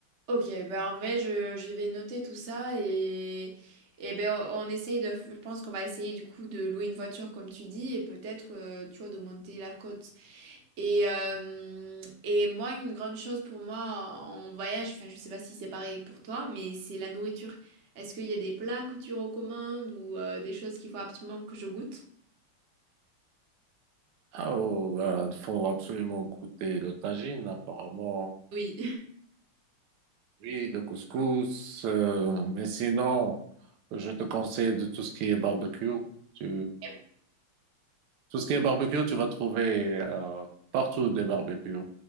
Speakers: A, on the right; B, on the right.
A: Ok, bah en vrai, je, je vais noter tout ça et, et ben on on essaye de, je pense qu'on va essayer du coup de louer une voiture comme tu dis et peut-être euh, tu vois de monter la côte. Et, euh, et moi, une grande chose pour moi en voyage, enfin je sais pas si c'est pareil pour toi, mais c'est la nourriture. Est-ce qu'il y a des plats que tu recommandes ou euh, des choses qu'il faut absolument que je goûte?
B: Ah, oh, ben, il faut absolument goûter le tagine, apparemment.
A: Oui.
B: Oui, le couscous. euh, mais sinon, je te conseille de tout ce qui est barbecue. Tu,
A: <laughs>
B: Tout ce qui est barbecue, tu vas trouver euh, partout des barbecues.